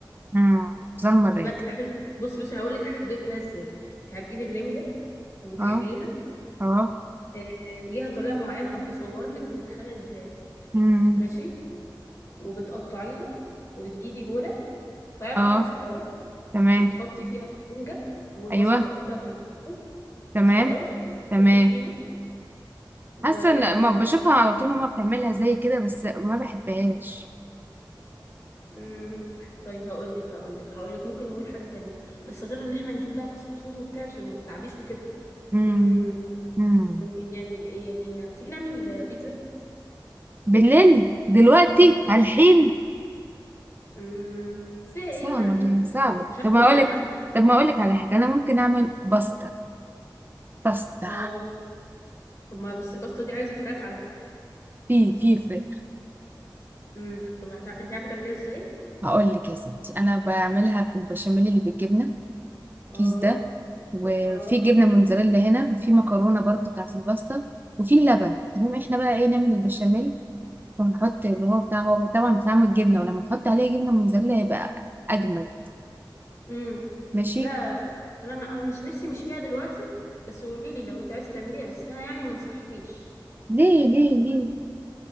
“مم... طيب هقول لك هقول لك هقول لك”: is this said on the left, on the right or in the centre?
Left